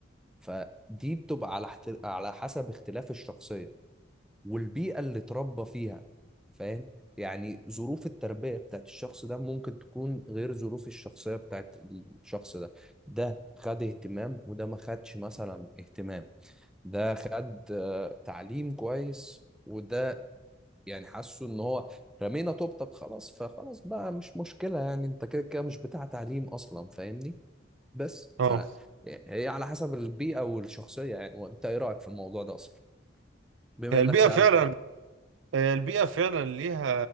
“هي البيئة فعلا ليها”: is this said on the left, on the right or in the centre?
Right